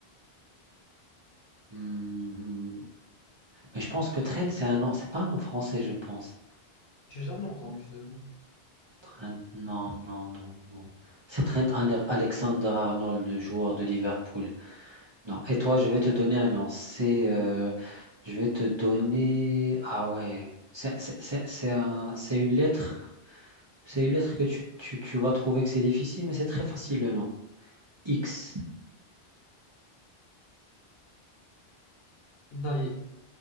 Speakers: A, on the right (about 30°); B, on the left (about 75°).
A: Hmm, hmm. Mais je pense que Trent, c'est un nom. C'est pas un nom français, je pense.
B: J'ai jamais entendu ce nom.
A: Trent, non, non, non, non. C'est Trent Ane- Alexander-Arnold, le joueur de Liverpool. Non. Et toi, je vais te donner un nom. C'est, euh, je vais te donner. Ah ouais. C'est c'est- c'est- c'est un- c'est une lettre. C'est une lettre que tu, tu, tu vas trouver que c'est difficile, mais c'est très facile le nom. X.
B: Xavier.